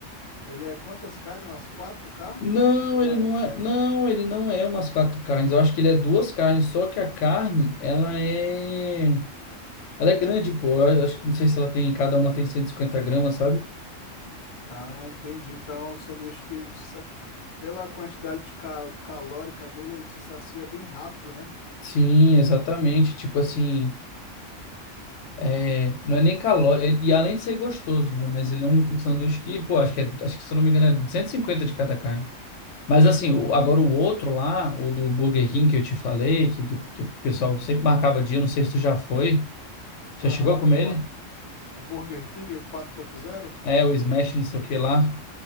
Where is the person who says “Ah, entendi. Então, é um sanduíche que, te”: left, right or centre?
Left